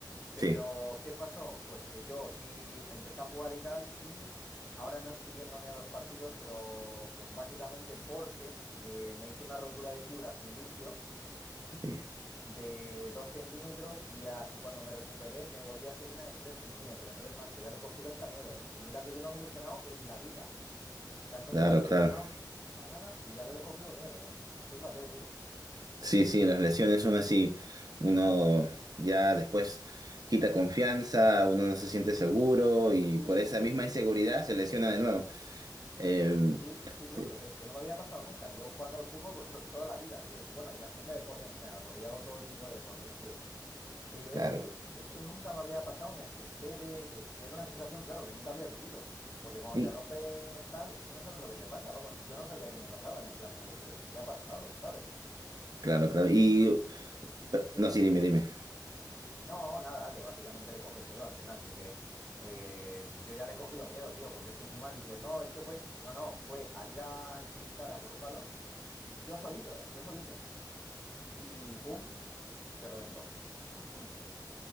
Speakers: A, on the left; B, on the right.
A: Pero,
B: Sí,
A: ¿qué pasó? Pues que yo sí empecé a jugar y tal, y ahora no estoy yendo ni a los partidos, pero po- básicamente porque eh, me hice una rotura de fibras en el isquio
B: uy,
A: de 2 centímetros y, a- y cuando me recuperé me volví a hacer una de 3 centímetros. Entonces, macho, ya le he cogido hasta miedo, ¿eh? Y mira que yo no me he lesionado en la vida. O sea, nunca
B: claro,
A: me he
B: claro.
A: lesionado, nunca nada, y ahora le he cogido miedo. ¿eh? Fíjate, tío.
B: Sí, sí, las lesiones son así. Uno ya después quita confianza, uno no se siente seguro y
A: Sí,
B: por
A: sí,
B: esa
A: sí,
B: misma
A: sí,
B: inseguridad
A: sí.
B: se lesiona de nuevo. Eh,
A: Sí, sí,
B: sí,
A: tío, pero que, que no me había pasado nunca. Y llevo jugando al fútbol, pues eso, toda la vida, tío. Y bueno, y haciendo deporte en general, porque yo hago todo tipo de deportes, tío. Pero
B: claro.
A: es que, es que nunca me había pasado, me asusté de que, que era una sensación, claro, que nunca había vivido. Porque cuando
B: Y,
A: te rompes tal, es que no sabes lo que te pasa. Vamos, yo no sabía qué me pasaba, era en plan como, pero ¿qué ha pasado? ¿Sabes?
B: claro, claro.
A: Y
B: Y, pero-
A: dime,
B: no,
A: dime.
B: sí, dime, dime.
A: No, nada, que básicamente le coges miedo al final. Así que eh, yo ya le he cogido miedo, tío, porque es que encima dices, no, es que fue, no, no, fue al ir a sprintar a por un balón, y yo solito, ¿eh? Yo solito. Y pum, se reventó. <laughs> O sea,